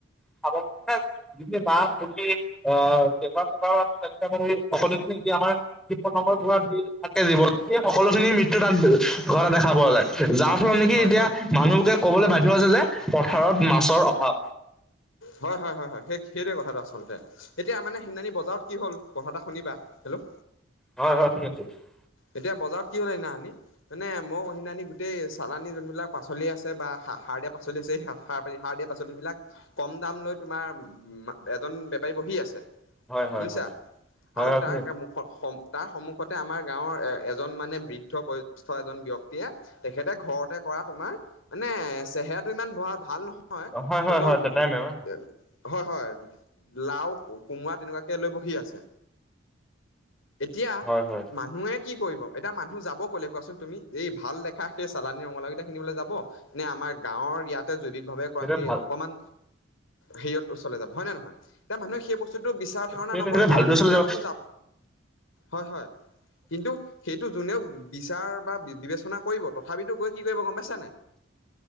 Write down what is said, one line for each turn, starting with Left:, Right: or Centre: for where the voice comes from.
Centre: খাব মানে বাহ পু্তি অ', পেপাৰ সেপাৰ মানে সকলো ধৰি <unintelligible> যি আমাৰ কিত পতংগৰ হেই থাকে জীৱ সেই সকলো খিনি মৃত্যু তাত গৈ ঘৰতে দেখা পোৱা যায় যাৰ ফলত নেকি
Left: হয়
Centre: এতিয়া
Left: হয়
Centre: মানুহবুকে ক'বলৈ বাধ্য হৈছে যে পথাৰত মাছৰ অভাৱ।
Left: হয় হয় হয় হয়, সে সেইটোৱে কথাটো আচলতে এতিয়া মানে সেইনানি বজাৰত কি হল কথা এটা শুনিবা হেল্ল'
Centre: হয়, হয় <unintelligible>
Left: এতিয়া বজাৰত কি হ'ল সেইদিনা হানি মানে মই সেইদিনি গোটেই চালানী যোনবিলাক পাচলি আছে বা সাৰ দিয়া পাচলি আছে স। সাৰ পাৰি সাৰ দিয়া পাচলিবিলাক কম দাম লৈ তোমাৰ মা এজন বেপাৰী বহি আছে।
Centre: হয় হয়
Left: শুনিছা
Centre: হয় হয়
Left: আৰু
Centre: হয়
Left: তাৰ
Centre: শুনি আছো
Left: তাৰ সন্মুখতে আমাৰ গাঁওৰ এ এজন মানে বৃদ্ধ বয়োজেষ্ঠ এজন ব্যক্তিয়ে তেখেতে ঘৰতে কৰা তোমাৰ মানে চেহেৰাটো ইমান বৰ ভাল নহয়
Centre: হয় হয়
Left: হ'লেও
Centre: হয় তাই মেম
Left: হয় হয়। লাও কোমোৰা তেনেকুৱাকে লৈ বহি আছে। এতিয়া।
Centre: হয়, হয়।
Left: মানুহে কি কৰিব? এতিয়া মানুহ যাব ক'লে কোৱাচোন তুমি? এই ভাল দেখা সেই চালানী ৰঙালাউকেইটা কিনিবলৈ যাব! নে আমাৰ গাঁৱৰ ইয়াতে জৈবিক ভাৱে
Centre: তেতিয়া
Left: সেই
Centre: ভাল
Left: অকমান হেৰিয়ত ওচৰলে যাব হয় নে নহয়? এতিয়া মানুহে সেই বস্তু সেটো বিচাৰ ধাৰণা
Centre: তেতিয়া
Left: নকৰে
Centre: ভালটো
Left: আৰু যোনকেইটা
Centre: চলি যাব
Left: মানুহ যা হয় হয় কিন্তু, সেইটো যোনে বিচাৰ বা বিবেচনা কৰিব তথাপিতো গৈ কি কৰিব গম পাইছানে নাই?